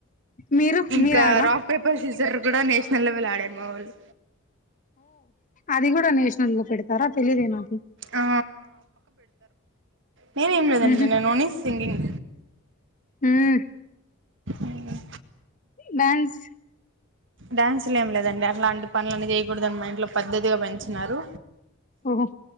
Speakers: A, on the left; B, on the right.
A: మీరు
B: ఇంకా
A: మీరు ఆడరా
B: రాక్ పేపర్ సీజర్ కూడా నేషనల్ లెవెల్ ఆడారు మా వాళ్ళు
A: అది కూడాడా న నలుగు పెడతారా తెలిదే నాకు
B: ఆ నేను ఏం లేదండి
A: ఊహూ
B: నేను ఓన్లీ సింగింగ్
A: హ్మ్
B: అే
A: ్యాన్స్
B: డ్యాన్సులు ఏం లేదండి అట్లాంటి పనులన్న చేయకూడదుని మా ఇంట్లో పద్ద్దతిగా పెంచినారు
A: ఓహో